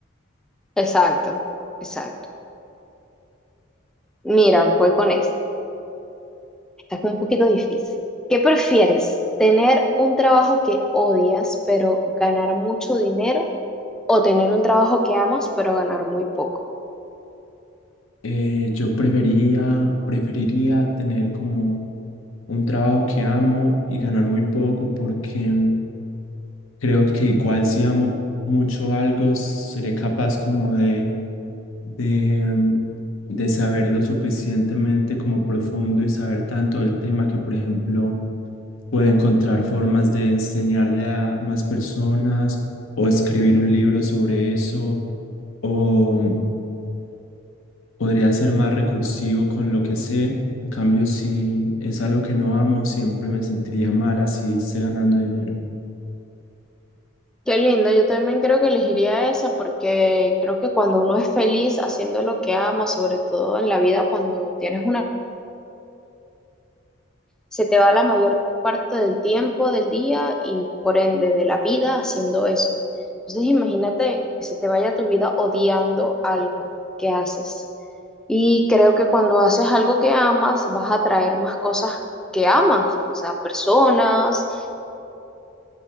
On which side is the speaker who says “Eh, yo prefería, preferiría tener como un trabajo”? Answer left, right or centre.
Left